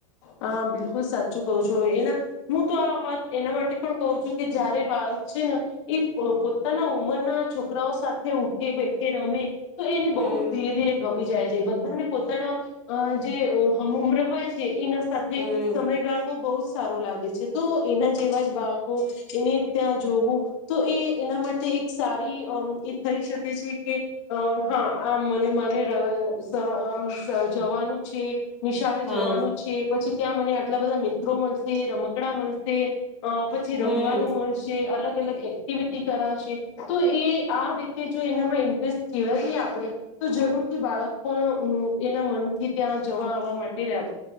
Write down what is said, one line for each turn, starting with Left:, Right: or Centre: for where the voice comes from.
Left: હા બિલકુલ સાચું કહું છું એના હું તો આ વાત એના માટે પણ કું છું કે જયારે બાળક છે ને એ પોતાના ઉંમરના છોકરાઓ સાથે ઉઠે, બેઠે, રમે તો એને
Centre: હમ
Left: બહુ ધીરે ધીરે ગમી જાય છે બધાને પોતાના જે હમ ઉમ્ર હોય છે એ સાથે
Centre: હમ
Left: સમયગાળવો બહુ સારો લાગે છે તો એના જેવા જ બાળકો એને ત્યાં જોવું તો એ એના માટે એક સારી એ થઈ શકે છે કે હા આમ મને મને સ આમ જવાનું છે નિશાળે
Centre: હા
Left: જવાનું જ છે પછી ત્યાં મને આટલા બધા મિત્રો મનશે રમકડા મનશે અ પછી
Centre: હમ
Left: રમવાનું મળશે અલગ અ અલગ એક્ટિવિટી કરાશે તો એ આ રીતે જો એનામાં ઇન્ટરેસ્ટ કેળવીએ આપણે તો જરૂરથી બાળક પણ એના મનથી ત્યાં જવા આવવા માટે રા